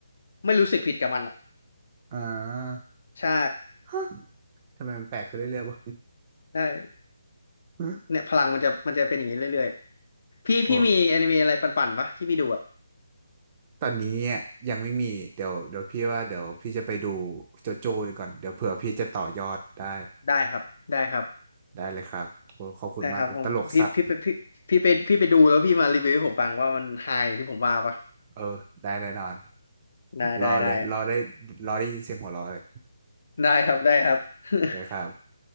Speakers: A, on the left; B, on the right.
A: ไม่รู้สึกผิดกับมันอ่ะ
B: อ่า
A: ใช่
B: ฮะทำไมมันแปลกขึ้นเรื่อยๆวะ
A: ใช่
B: <laughs>
A: เนี่ยพลังมันจะมันจะเป็นอย่างนี้เรื่อยๆพี่พี่มีอนิเมะอะไรปั่นๆปะที่พี่ดูอ่ะ
B: โอ้ตอนนี้อ่ะยังไม่มีเดี๋ยวเดี๋ยวพี่ว่าเดี๋ยวพี่จะไปดูโจโจ้ดีก่อนเดี๋ยวเผื่อพี่จะต่อยอดได้
A: ได้ครับได้ครับ
B: ได้เลยครับโอ้ขอบคุณมากโอ้ตลกสัตว์
A: ได้ครับผมพี่พี่ไปพี่พี่ไปพี่ไปดูแล้วพี่มารีวิวให้ผมฟังว่ามันไฮอย่างที่ผมว่าปะ
B: เออได้แน่นอน
A: ได้ได้ได้
B: รอเลยรอได้รอได้ยินเสียงหัวเราะเลย
A: ได้ครับได้ครับ
B: ได้ครับ
A: <laughs>